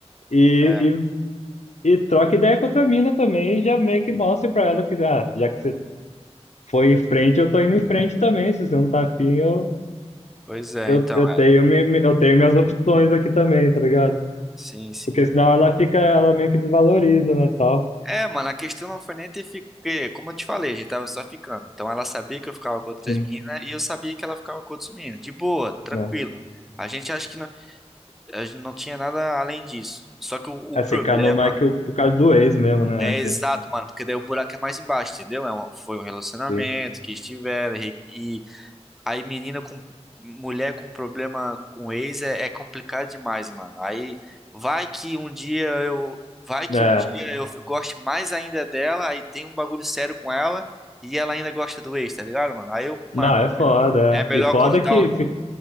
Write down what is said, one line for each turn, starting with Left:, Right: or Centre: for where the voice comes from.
Left: E,
Centre: é,
Left: e, e troca ideia com a mina também, e já meio que mostre pra ela que, ah, já que você foi em frente, eu tô indo em frente também. Se você não tá afim, eu,
Centre: pois é,
Left: eu,
Centre: então.
Left: eu tenho,
Centre: é.
Left: mi- eu tenho minhas opções aqui também, tá ligado?
Centre: Sim, sim.
Left: Porque senão ela fica, ela meio que desvaloriza, né, tal.
Centre: É, mano, a questão não foi nem ter ficado. Porque, como eu te falei, a gente tava só ficando. Então ela sabia que eu ficava com outras
Left: Sim.
Centre: meninas e eu sabia que ela ficava com outros meninos. De boa, tranquilo.
Left: Mas,
Centre: A gente acha que não, a gente não tinha nada além disso. Só que o,
Left: assim,
Centre: o problema
Left: Kanomai que o- por causa do ex mesmo, né?
Centre: É exato,
Left: que-
Centre: mano, porque daí o buraco é mais embaixo, entendeu? É um- foi um relacionamento
Left: sim.
Centre: que estiveram e, e aí menina com mulher com problema com ex é, é complicado demais, mano. Aí vai que um dia eu vai que
Left: É.
Centre: um dia eu goste mais ainda dela, aí tem um bagulho sério com ela e ela ainda gosta do ex, tá ligado, mano? Aí eu, mano,
Left: Não, é foda.
Centre: é melhor
Left: é. E foda
Centre: cortar,
Left: que
Centre: o-
Left: fica